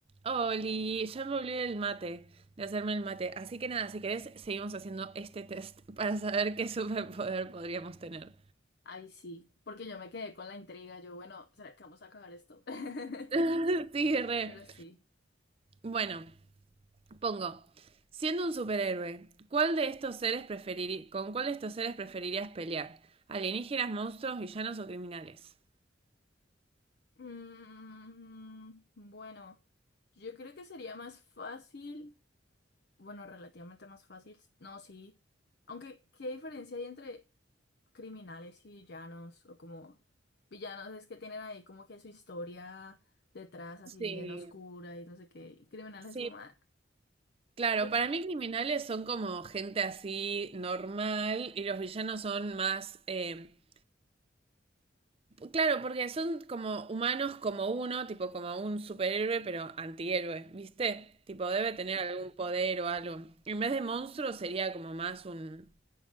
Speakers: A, on the right (about 30°); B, on the left (about 60°).
A: Oli, ya me olvidé el mate, de hacerme el mate. Así que nada, si querés, seguimos haciendo este test <laughs> para saber qué superpoder podríamos tener.
B: Ay, sí, porque yo me quedé con la intriga. Yo, bueno, ¿será que vamos a acabar esto? <laughs>
A: <laughs> sí, re.
B: Pero sí.
A: Bueno, pongo. Siendo un superhéroe, ¿cuál de estos seres preferiri- ¿con cuál de estos seres preferirías pelear? ¿Alienígenas, monstruos, villanos o criminales?
B: Mm, bueno, yo creo que sería más fácil, bueno, relativamente más fácil. No, sí. Aunque, ¿qué diferencia hay entre criminales y villanos? O como villanos es que tienen ahí como que su historia detrás así
A: Sí,
B: bien oscura y no sé qué. Y criminales
A: sí.
B: es como... ah,
A: Claro,
B: yo...
A: para mí criminales son como gente así normal y los villanos son más eh, Claro, porque son como humanos como uno, tipo como un superhéroe, pero antihéroe, ¿viste? Tipo, debe tener algún poder o algo. En vez de monstruo sería como más un,